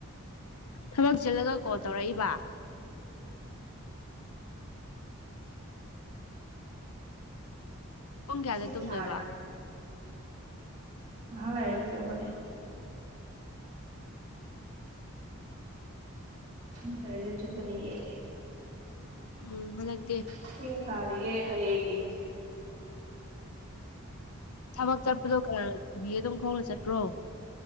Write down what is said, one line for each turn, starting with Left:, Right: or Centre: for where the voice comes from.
Left: ꯊꯕꯛ ꯆꯤꯜꯂꯒ ꯀꯣꯜ ꯇꯧꯔꯛꯏꯕ ꯄꯨꯡ ꯀꯌꯥꯗ
Right: ꯏꯁꯤꯡ
Left: ꯇꯨꯝꯗꯣꯏꯕ
Right: ꯁꯥꯔꯤ ꯉꯩꯍꯥꯛ ꯂꯩꯔꯗꯤ ꯇꯨꯝꯃꯅꯤ ꯉꯩꯍꯥꯛ ꯂꯩꯔꯗꯤ ꯇꯨꯝꯃꯅꯤꯌꯦ
Left: ꯎꯝ ꯍꯣꯔꯦꯟ
Right: ꯏꯁꯤꯡ ꯁꯥꯔꯤꯌꯦ ꯍꯌꯦꯡꯒꯤ
Left: ꯊꯕꯛ ꯆꯠꯄꯗꯣ ꯀꯅꯥꯅ ꯊꯤꯟꯕꯤꯒꯦ ꯑꯗꯨꯝ ꯈꯣꯡꯅ ꯆꯠꯄ꯭ꯔꯣ